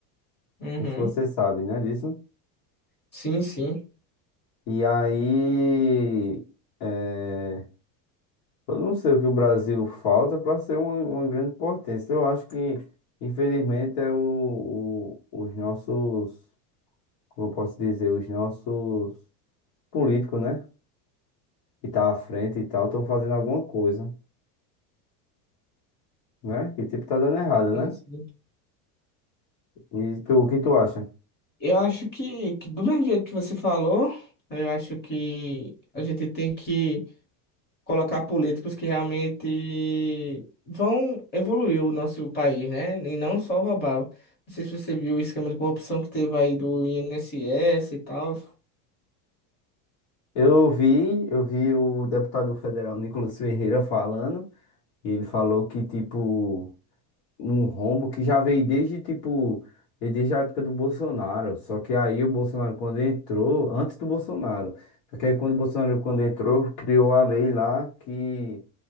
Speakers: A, on the left; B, on the left.
A: Uhum.
B: Não sei Se você sabe, né, disso.
A: Sim, sim.
B: E aí, é, eu não sei o que o Brasil falta para ser uma, uma grande potência. Eu acho que, infelizmente, é o, o- os nossos, como eu posso dizer, os nossos políticos, né? que tá à frente e tal, estão fazendo alguma coisa, né? Que tipo tá dando errado, né?
A: Sim, sim.
B: E tu, o que tu acha?
A: Eu acho que, que do mesmo jeito que você falou, eu acho que a gente tem que colocar políticos que realmente vão evoluir o nosso país, né? E não só roubar. Não sei se você viu o esquema de corrupção que teve aí do INSS e tal.
B: Eu vi, eu vi o deputado federal Nicolas Ferreira falando, e ele falou que, tipo, um rombo que já veio desde, tipo, veio desde a época do Bolsonaro. Só que aí o Bolsonaro, quando entrou, antes do Bolsonaro, só que aí quando o Bolsonaro, quando entrou, criou a lei lá que